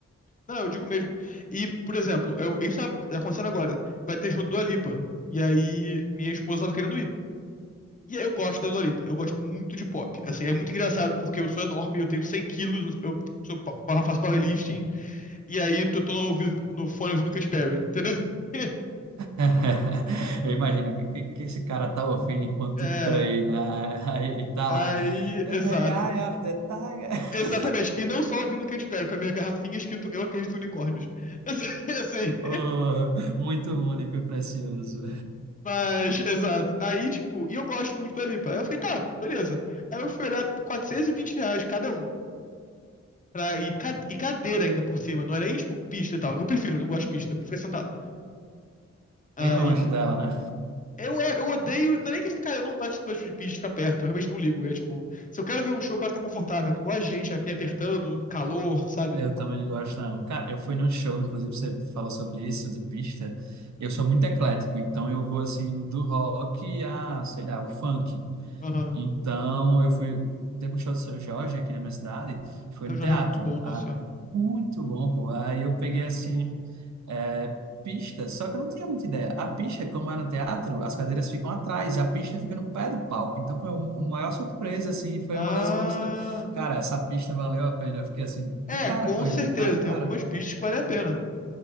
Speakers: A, on the left (about 25°); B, on the right (about 70°).
A: Não, eu digo mesmo. E, por exemplo, eu- isso tá acontecendo agora. Vai ter show do Dua Lipa. E aí, minha esposa tava querendo ir. E aí eu gosto da Dolipa, eu gosto muito de pop. Assim, é muito engraçado porque eu sou enorme, eu tenho 100 quilos, eu sou, eu faço powerlifting, e aí eu tô ouvindo, no fone ouvindo Katy Perry, entendeu? <laughs>
B: <laughs> Eu imagino o que, que esse cara tá ouvindo enquanto
A: É,
B: treina <laughs> aí e tá
A: aí,
B: lá. The
A: exato.
B: Eye of the Tiger. <laughs>
A: Exatamente, e não só ouvindo Katy Perry, com a minha garrafinha escrito Eu Acredito em Unicórnios. <laughs> Assim,
B: Oh, muito único e precioso.
A: mas, exato. Aí, tipo, e eu gosto muito da Dua Lipa. Aí eu fiquei, tá, beleza. Aí eu fui olhar 420 reais cada um. Pra, e, ca- e cadeira ainda por cima, não era nem tipo pista e tal, é que eu prefiro, eu não gosto de pista, eu prefiro ficar sentado. Aí
B: Bem longe dela, né?
A: Eu, é, eu odeio. Não é nem que, cara, eu não gosto de coisas de bicho ficar perto, eu realmente não ligo. É tipo, se eu quero ver um show, eu quero estar confortável. Eu não gosto de gente é, me apertando, calor, sabe?
B: Eu também não gosto, não. Cara, eu fui num show, inclusive você falou sobre isso, de pista. Eu sou muito eclético, então eu vou assim do rock a, sei lá, o funk.
A: Aham.
B: Então, eu fui. Teve um show do Seu Jorge aqui na minha cidade, foi
A: Então
B: no
A: o Jorge
B: teatro.
A: é muito bom, nossa
B: Ah,
A: senhora.
B: muito bom, pô. Aí eu peguei
A: O Jorge
B: assim,
A: é muito bom.
B: é, pista, só que eu não tinha muita ideia. A pista, como era no teatro, as cadeiras ficam atrás, a pista fica no pé do palco. Então foi um- uma maior surpresa, assim, foi
A: Ah.
B: uma das poucas que eu. Cara, essa pista valeu a pena. Eu fiquei assim, de
A: É,
B: cara
A: com
B: com ele,
A: certeza.
B: cara a cara.
A: Tem algumas pistas que valem a pena.